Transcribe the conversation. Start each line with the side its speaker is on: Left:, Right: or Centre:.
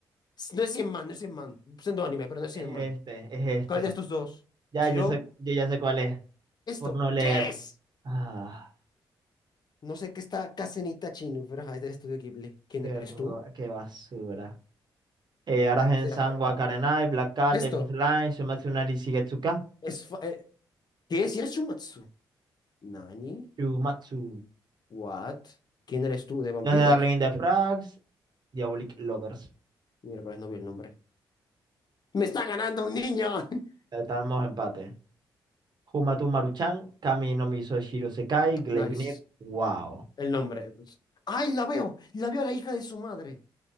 Left: No es 100 man, no es 100 man. Siendo anime, pero no es 100
Right: este,
Left: man.
Right: es este.
Left: ¿Cuál de estos dos?
Right: Ya,
Left: Jiro,
Right: yo sé, yo ya sé cuál es.
Left: esto.
Right: Por no leer.
Left: ¡Yes!
Right: Ah,
Left: No sé qué está Casenita Chinu, pero ajá, es del estudio Ghibli. ¿Quién
Right: qué,
Left: eres
Right: ra-
Left: tú?
Right: qué basura. Eh, Aragen-san
Left: Es de Harry.
Right: wa Karenai, Black Cat,
Left: Esto.
Right: Devil's Line, Shumatsu no Shigetsuka,
Left: Es fa- eh, ¿qué es Yashumatsu? ¿Nani?
Right: Shumatsu.
Left: ¿What? ¿Quién eres tú de vampiros?
Right: Los de Darling in the Franxx, Diabolic Lovers.
Left: Miércoles no vi el nombre. ¡Me está ganando un niño! <laughs>
Right: Estamos empate. Humatu Maruchan, Kami no Miso Shiro Sekai, Gleipnir.
Left: Nice.
Right: Wow.
Left: El nombre. pues. ¡Ay, la veo! La veo a la hija de su madre.